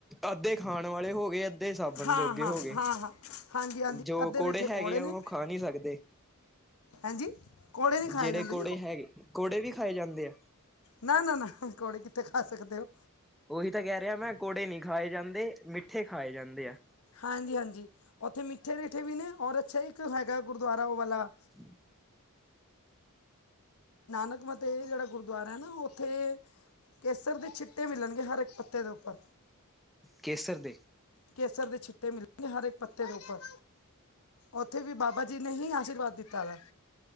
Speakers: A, in the centre; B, on the left.
A: ਅੱਧੇ ਖਾਣ ਵਾਲੇ ਹੋਗੇ ਅੱ ਧੇ ਸਾਬਣ
B: ਹਾਂ
A: ਜੋਗੇ
B: ਹਾਂ
A: ਹੋਗੇ,
B: ਹਾਂ ਹਾਂ ਹਾਂਜੀ ਹਾਂਜੀ
A: ਜੋ
B: ਅੱਧੇ
A: ਕੋੜੇ
B: ਰਿੱਠੇ
A: ਹੈਗੇ ਆ
B: ਨੇ
A: ਓ ਖਾ ਨੀ ਸਕਦੇ।
B: ਹਾਂਜੀ ਕੋੜੇ ਨਹੀਂ ਖਾਏ
A: ਜਿਹੜੇ
B: ਜਾਂਦੇ
A: ਕੋੜੇ ਹੈਗੇ ਕੋੜੇ ਵੀ ਖਾਏ ਜਾਂਦੇ ਐ।
B: ਨਾ-ਨਾ-ਨਾ ਕੋੜੇ ਕਿੱਥੇ ਖਾ ਸਕਦੇ ਓ।
A: ਉਹੀ ਤਾਂ ਕਹਿ ਰਿਹਾ ਮੈਂ ਕੋੜੇ ਨੀ ਖਾਏ ਜਾਂਦੇ, ਮਿੱਠੇ ਖਾਏ ਜਾਂਦੇ ਆ।
B: ਹਾਂਜੀ-ਹਾਂਜੀ ਉੱਥੇ ਮਿੱਠੇ ਰੀਠੇ ਵੀ ਨੇ ਔਰ ਅੱਛਾ ਇੱਕ ਹੈਗਾ ਗੁਰਦੁਆਰਾ ਓ ਵਾਲਾ
A: <inaudible>
B: ਨਾਨਕ ਮਤੇ ਜਿਹੜਾ ਗੁਰਦੁਆਰਾ ਐ ਨਾ ਉੱਥੇ ਕੇਸਰ ਦੇ ਛਿੱਟੇ ਮਿਲਣ ਹਰ ਇੱਕ ਪੱਤੇ ਦੇ ਉੱਪਰ।
A: ਕੇਸਰ ਦੇ।
B: ਕੇਸਰ ਦੇ ਛਿੱਟੇ ਮਿਲਣਗੇ ਹਰ ਇਕ ਪੱਤੇ ਦੇ ਉੱਪਰ। ਉੱਥੇ ਵੀ ਬਾਬਾ ਜੀ ਨੇ ਹੀ ਆਸ਼ੀਰਵਾਦ ਦਿੱਤਾ ਵਾ,